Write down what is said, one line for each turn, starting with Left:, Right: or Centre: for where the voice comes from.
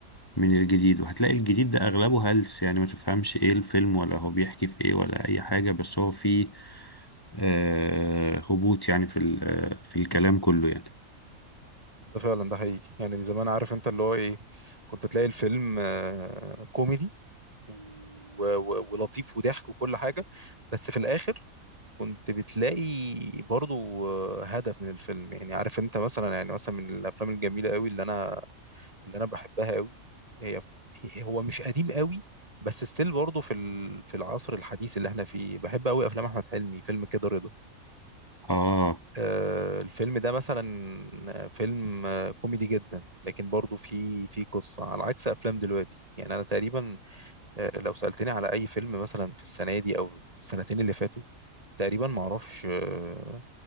Left: من الجديد وهتلاقي الجديد ده اغلبه هلس يعني ما تفهمش ايه الفيلم ولا هو بيحكي في ايه ولا اي حاجه بس هو فيه آه، هبوط يعني في ال- آه، في الكلام كله يعني
Right: ده فعلا ده حقيقي يعني زمان عارف انت اللي هو ايه كنت تلاقي الفيلم آه، كوميدي و- و- ولطيف وضحك وكل حاجه بس في الاخر كنت بتلاقي برضو آه، هدف من الفيلم يعني عارف انت مثلا يعني مثلا من الافلام الجميله قوي اللي انا اللي انا بحبها قوي هي هي- هو مش قديم قوي بس ستيل برضه في ال- في العصر الحديث اللي احنا فيه بحب قوي افلام احمد حلمي فيلم كده رضا
Left: اه
Right: آه، الفيلم ده مثلا فيلم آه، كوميدي جدا لكن برضه فيه فيه قصة على عكس افلام دلوقتي يعني انا تقريبا آه، لو سألتني على اي فيلم مثلا في السنة دي او السنتين اللي فاتوا تقريبا ما اعرفش آه،